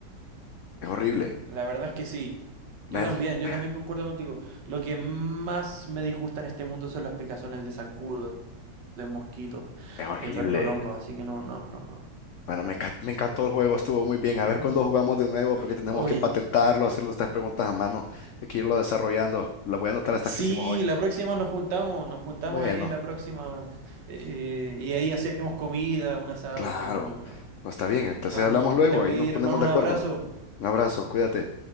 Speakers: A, on the left; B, on the right.
A: Es horrible.
B: La verdad es que sí. Yo
A: Bueno,
B: también, yo
A: <laughs>
B: también concuerdo contigo. Lo que más me disgusta en este mundo son las picazones de zancudos, de mosquitos,
A: es horrible.
B: de pernolongos, así que no, no, no, no, no,
A: Bueno, me encan- me encantó el juego, estuvo muy bien. A
B: la
A: ver cuándo
B: verdad.
A: jugamos de nuevo, creo que tenemos
B: Oye,
A: que patentarlo, hacer estas preguntas a mano, hay que irlo desarrollando. Lo voy a anotar estas
B: sí,
A: que hicimos hoy.
B: la próxima nos juntamos, nos juntamos
A: Bueno.
B: ahí en la próxima eh, y ahí hacemos comida, un asado,
A: Claro,
B: estaría muy bueno.
A: no está bien. Entonces
B: Hermano,
A: hablamos luego,
B: me tengo
A: ahí
B: que ir,
A: nos ponemos
B: hermano,
A: de
B: un
A: acuerdo.
B: abrazo.
A: Un abrazo, cuídate.